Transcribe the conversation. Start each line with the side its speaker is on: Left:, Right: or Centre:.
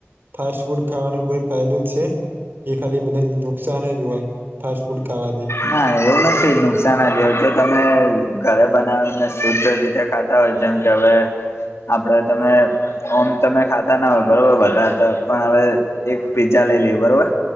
Right: ફાસ્ટ ફૂડ ખાવાનો કોઈ ફાયદો છે કે ખાલી બધાને નુકસાન જ હોય ફાસ્ટ ફૂડ ખાવાથી
Left: ના એવું નથી નુકસાન જ હોય જો તમે ઘરે બનાવીને શુદ્ધ રીતે ખા તા હોય જેમ કે હવે આપડે તમે ઓમ તમે ખાતા ના હોય બરોબર બધા તો પણ હવે એક પીઝા લઈ લીયે બરોબર